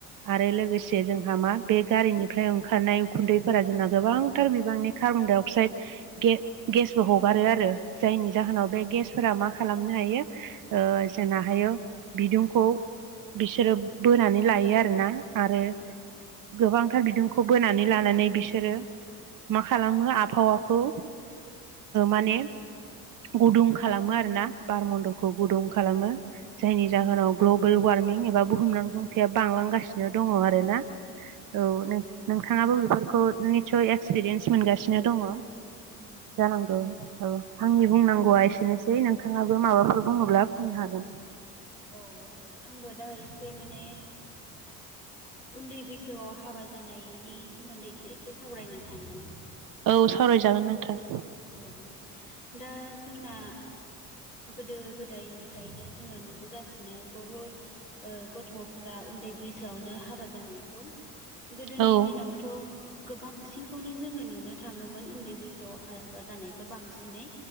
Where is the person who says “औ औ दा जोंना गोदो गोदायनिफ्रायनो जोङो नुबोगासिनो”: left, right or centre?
Left